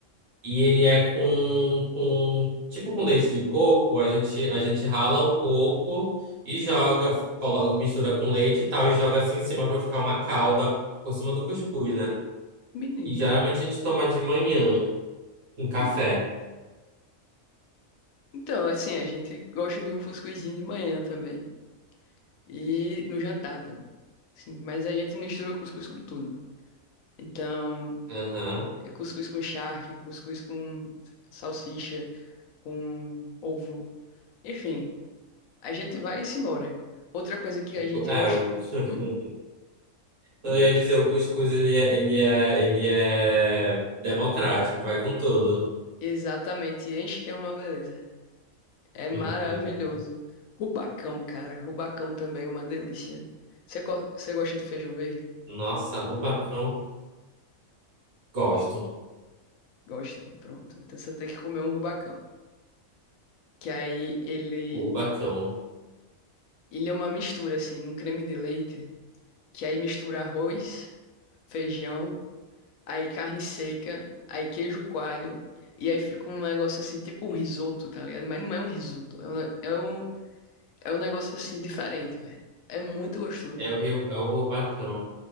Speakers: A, on the right; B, on the left.
A: E ele é com, com tipo com leite de coco, a gente a gente rala o coco e joga, coloca, mistura com leite e tal e joga assim em cima pra ficar uma calda por cima do cuscuz, né?
B: menino.
A: E geralmente a gente toma de manhã com café.
B: Hum. Então, assim, a gente gosta de um cuscuzinho de manhã também. E no jantar também. Sim, mas a gente mistura cuscuz com tudo. Então,
A: Aham.
B: é cuscuz com charque, cuscuz com salsicha, com ovo. Enfim, a gente vai e se embora. Outra coisa que
A: O
B: a
A: cu-
B: gente
A: É,
B: gosta...
A: o- <laughs>
B: Hum?
A: eu
B: Hum?
A: ia dizer, o cuscuz ele é, ele é, ele é democrático, vai com tudo. <laughs>
B: Exatamente, enche que é uma beleza. É maravilhoso.
A: Uhum.
B: Rubacão, cara. Rubacão também é uma delícia. Você, co- você gosta de feijão verde?
A: Nossa, rubacão, gosto.
B: Gosta. Pronto. Então você tem que comer um rubacão. Que aí ele,
A: O rubacão.
B: ele é uma mistura, assim, num creme de leite. Que aí mistura arroz, feijão, aí carne seca, aí queijo coalho. E aí fica um negócio assim, tipo um risoto, tá ligado? Mas não é um risoto. É um, ne- é um, é um negócio assim, diferente, velho. É muito gostoso.
A: É o Rio, é o Rubacão.